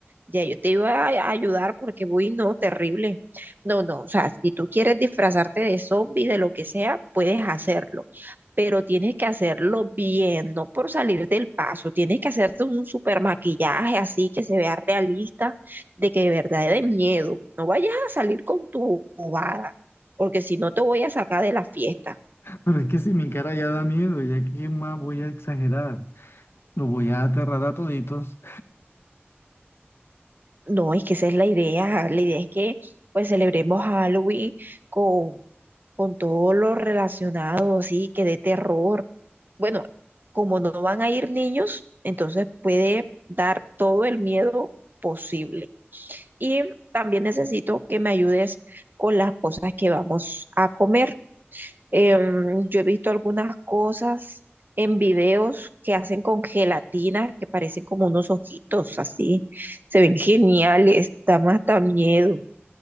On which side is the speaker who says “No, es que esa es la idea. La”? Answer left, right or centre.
Right